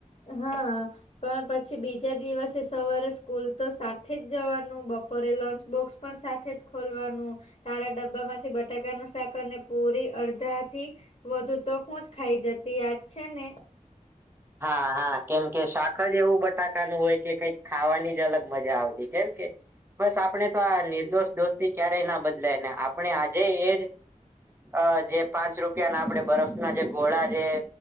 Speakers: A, on the left; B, on the right.
A: હા. પણ પછી બીજા દિવસે સવારે સ્કૂલ તો સાથે જ જવાનું બપોરે લંચ બોક્સ પણ સાથે જ ખોલવાનું. તારા ડબ્બા માંથી બટાકાનું શાક અને પૂરી અડધા થી વધુ તો હું જ ખાઈ જતી યાદ છે ને.
B: હા હા કેમ કે શાક જ એવું બટાકાનું હોય કે કંઈક ખાવાની જ અલગ મજા આવતી કેમ કે બસ આપણે તો આ નિર્દોષ દોસ્તી ક્યારેય ના બદલાય ને આપણે આજે એ જ અ જે પાંચ રૂપિયા ના આપડે બરફ ના જે ગોળા છે જે